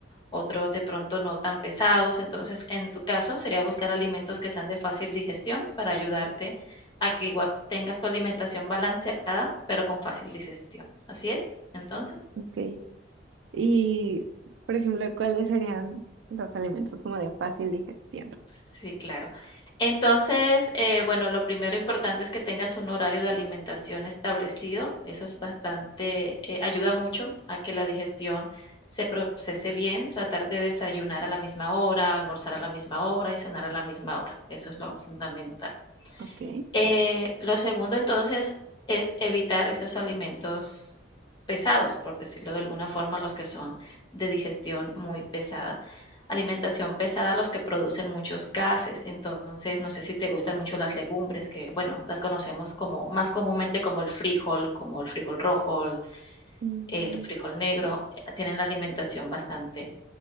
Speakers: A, on the left; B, on the right.
A: otros de pronto no tan pesados. Entonces, en tu caso, sería buscar alimentos que sean de fácil digestión para ayudarte a que igual tengas tu alimentación balanceada, pero con fácil digestión. ¿Así es? Entonces.
B: Ok. Y, por ejemplo, ¿cuáles serían los alimentos como de fácil digestión?
A: Sí, claro. Entonces, eh, bueno, lo primero importante es que tengas un horario de alimentación establecido. Eso es bastante, eh, ayuda mucho a que la digestión se procese bien. Tratar de desayunar a la misma hora, almorzar a la misma hora y cenar a la misma hora. Eso es lo fundamental.
B: Ok.
A: Eh, lo segundo, entonces, es evitar esos alimentos pesados, por decirlo de alguna forma, los que son de digestión muy pesada. Alimentación pesada, los que producen muchos gases. Entonces, no sé si te gustan mucho las legumbres, que bueno, las conocemos como más comúnmente como el frijol, como el frijol rojo, el,
B: Mm,
A: el frijol negro, eh, tienen la alimentación bastante